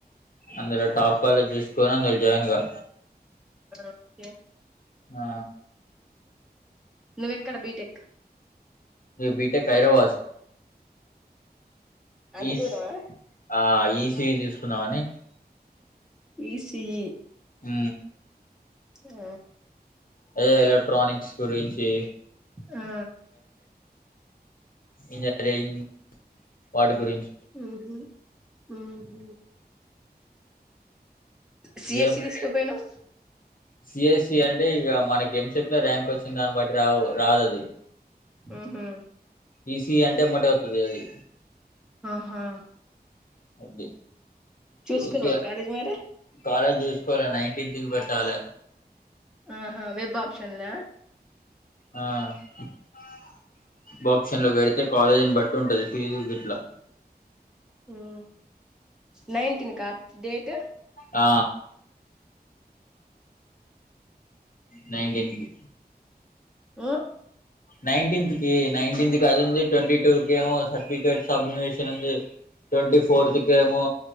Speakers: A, on the left (about 55°); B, in the centre.
A: అందులో టాప్ కాలేజ్ జూస్కొన్ అందులో జాయిన్ గా
B: ఓకే
A: ఆ
B: నువ్వెక్కడ బీటెక్
A: యు బిటేక్ ఐదరబాద్
B: అంత
A: ఈస్
B: దూరమా
A: ఆ ఈసీఈ దీస్కుందామని
B: ఈసీఈ
A: ఊ
B: ఆ
A: అదే ఎలక్ట్రానిక్స్ గురించి
B: ఆ
A: ఇంజనీరింగ్ వాటి గురించ్
B: ఊ హూ ఉ హు సిఎస్సి
A: ఏమ్ మరీ
B: తీసుకుపోయినవ్
A: సియల్సి అంటే ఇగ మనకి ఎంసెట్ లో ర్యాంకొచ్చిందాన్ బట్టి రావు రాదది
B: ఊహూ
A: ఈసీఇ అంటే ఎమ్మటే ఒత్తది అదీ
B: ఆహా
A: అది
B: చూసుకున్నావా
A: ఇంకే
B: కాలేజ్ మరి
A: కాలేజ్ చూసుకోలే నైన్టీన్త్ కి పెట్టాలే
B: ఆహా వెబ్ ఆప్షన్ల
A: ఆ వెబ్ ఆప్షన్ లో పెడితే కాలేజీని బట్టి ఉంటది ఫీజులు గిట్లా
B: హమ్ నైన్టీన్కా డేట్
A: ఆ నైన్టీన్ కి
B: ఆ
A: నైన్టీన్త్కి నైన్టీన్త్కి అది ఉంది ట్వంటీ టూ కేమో సర్టిఫికేట్ సబ్మిషన్ ఉంది ట్వంటీ ఫోర్త్కి
B: ఊహూ
A: ఏమో